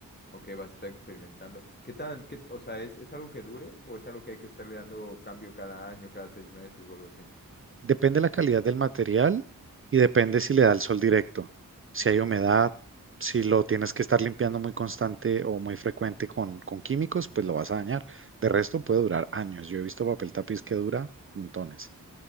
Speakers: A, on the left (about 30°); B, on the right (about 40°).
A: Ok, vas a estar experimentando. ¿Qué tan, qué, o sea, ¿es, es algo que dure o es algo que hay que estarle dando cambio cada año, cada seis meses o algo así?
B: Depende la calidad del material y depende si le da el sol directo, si hay humedad, si lo tienes que estar limpiando muy constante o muy frecuente con, con químicos, pues lo vas a dañar. De resto puede durar años. Yo he visto papel tapiz que dura montones.